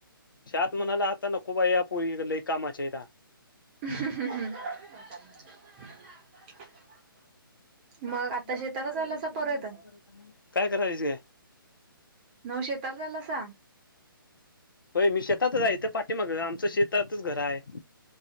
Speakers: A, on the left (about 65°); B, on the right (about 25°).
A: शात म्हणाला आता नको बाई यां पोरी लई कामाच्या आहेता.
B: <unintelligible> मग आता
A: मला वाटलं
B: शेताकंच
A: बलवायची
B: चालासा परत
A: नंतर काय करायचेय?
B: म शेताला चालासा
A: होय मी शेतातच हाय इथ पाठीमाग आमचं शेतातच घर हाय.